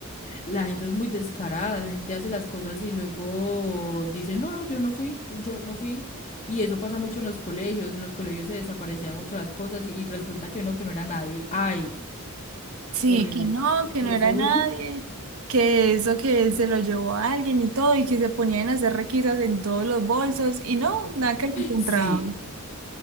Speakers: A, on the left; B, on the right.
A: La gente es muy descarada, la gente hace las cosas y luego dice, no, no, yo no fui, yo no fui. Y eso pasa mucho en los colegios, en los colegios se desaparecían mucho las cosas y, y resulta que no que no era nadie, ay,
B: Sí,
A: horrible,
B: que no, que
A: los
B: no era
A: odio.
B: nadie,
A: <laughs>
B: que eso que se lo llevó a alguien y todo, y que se ponían a hacer requisas en todos los bolsos, y no, nada que lo encontraban.
A: Sí,